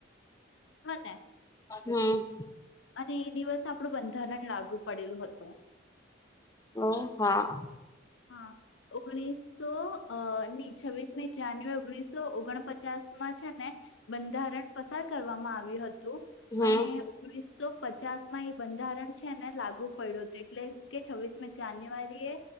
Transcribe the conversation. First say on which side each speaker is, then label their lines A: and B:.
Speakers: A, on the left; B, on the left.
A: હ ને
B: હમ્મ
A: અને એ દિવસ આપણું બંધારણ લાગુ પડેલું હતું.
B: ઓ હા
A: હા ઓગણીસો અ ની છવ્વીસમી જાન્યુ ઓગણીસો ઓગણપચાસમાં છે ને બંધારણ પસાર કરવામાં આવ્યું હતું
B: હમ
A: અને ઓ ઓગણીસો પચાસમાં એ બંધારણ છે ને લાગુ પડ્યો તે એટલેશ કે છવીસમી જાન્યુઆરીએ